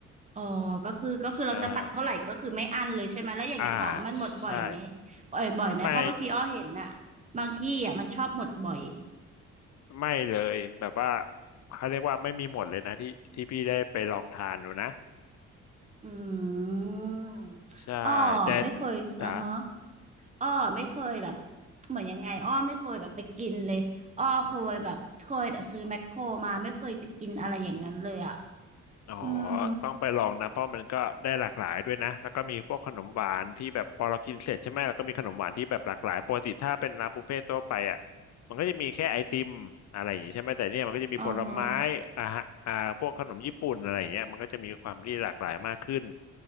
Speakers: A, on the right (about 25°); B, on the left (about 65°).
A: อ๋อก็คือก็คือเราจะตัดเท่าไหร่ก็คือไม่อั้นเลยใช่ไหมแล้วอย่างเงี้ยของมันหมดบ่อยไหม
B: ใช่ อ่าใช่
A: บ่อยบ่อยไหมเพราะบางทีอ้อเห็นน่ะ
B: ไม่
A: บางที่อ่ะมันชอบหมดบ่อย
B: ไม่เลยแบบว่าเขาเรียกว่าไม่มีหมดเลยนะที่ที่พี่ได้ไปลองทานดูนะ
A: อืม
B: ใช่แต่
A: อ้อไม่เคยอ่าฮะ
B: จ๋า
A: อ้อไม่เคยแบบเหมือนยังไงอ้อไม่เคยแบบไปกินเลยอ้อเคยแบบเคยแต่ซื้อแมคโครมาไม่เคยไปกินอะไรอย่างนั้นเลยอ่ะ
B: อ๋อ
A: อืม
B: ต้องไปลองนะเพราะมันก็ได้หลากหลายด้วยนะแล้วก็มีพวกขนมหวานที่แบบพอเรากินเสร็จใช่ไหมแล้วก็มีขนมหวานที่แบบหลากหลายปกติถ้าเป็นร้านบุฟเฟ่ต์ทั่วไปอ่ะมันก็จะมีแค่ไอติมอะไรอย่างงี้ใช่ไหมแต่เนี่ยมันก็จะมีผลไม้
A: อ๋อฮะ
B: อ่าฮะอ่าพวกขนมญี่ปุ่นอะไรอย่างเงี้ยมันก็จะมีความที่หลากหลายมากขึ้น